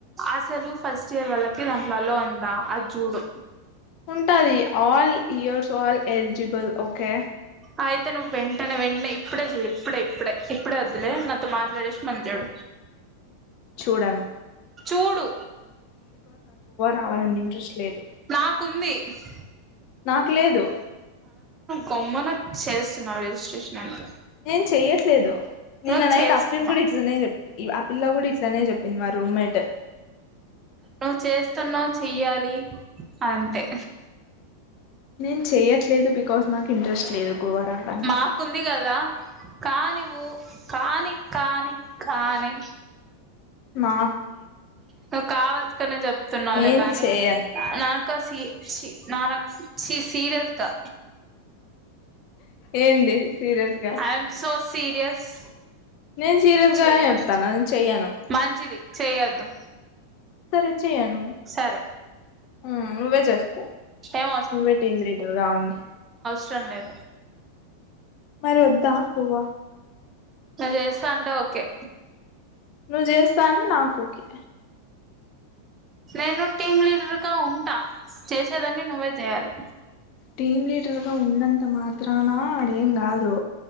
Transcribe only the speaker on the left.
ఉంటాది all years all eligible okay
చూడాను
రావాలంది ఇంట్రెస్ట్ లేదు
నాకు లేదు
నేను చెయట్లేదు నిన్న
నైట్
అఫ్రిన్ కూడా ఇట్లనే చెప్పి ఆ పిల్ల కూడా ఇట్లానే చెప్పింది మా రూమ్మేట్
నేను చెయ్యట్లేదు బికాస్ నాకు ఇంట్రెస్ట్ లేదు గోవా రావడానికి
మా
నేను
చేయను
ఏంది సీరియస్ గా
నేను సీరియస్ గానే
చెప్తాను నను చెయ్యను
సరే చెయ్య నువ్వు
ఉ నువ్వే చేసుకో
నువ్వే టీంది లీటర్ కావండి
మరి వద్దా పోవా
నువ్వు చేస్తా అంటే నాకు ఓకే
టీమ్ లీడర్గా ఉన్నంత మాత్రాన ఆడేం కాదు